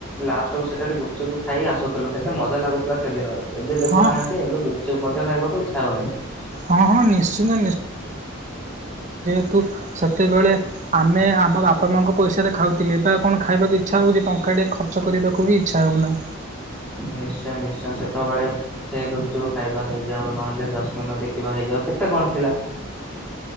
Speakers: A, in the centre; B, on the right.
A: ଲାଷ୍ଟକୁ ସେଠାରେ ଗୁପଚୁପ୍ ଖାଇ ଆସୁଥିଲୁ କେତେ ମଜା ଲାଗୁଥିଲା ସେଦିନରେ। ଏବେ ଦେଖୁନାହାନ୍ତି
B: ହଁ
A: ଏବେ ଗୁପଚୁପ ମଧ୍ୟ ଖାଇବାକୁ ଇଚ୍ଛା ହଉନାହିଁ।
B: ହଁ ହଁ ନିଶ୍ଚିନ୍ତ କି ତୁ ସେତେବେଳେ ଆମେ ଆମ ବାପା ମାଆଙ୍କ ପଇସାରେ ଖାଉଥିଲେ ବା କଣ ଖାଇବାକୁ ଇଚ୍ଛା ହଉଛି ଟଙ୍କା ଟିକେ ଖର୍ଚ୍ଚ କରିବାକୁ ବି ଇଚ୍ଛା ହଉନାହିଁ।
A: ନିଶ୍ଚୟ ନିଶ୍ଚୟ ସେତେବେଳେ ସେ ଗୁପଚୁପ ଖାଇବା ହେଇଯାଉ ନହେଲେ ଜସ୍ମିନ ଦେଖିବା ହେଇଯାଉ କେତେ କଣ ଥିଲା?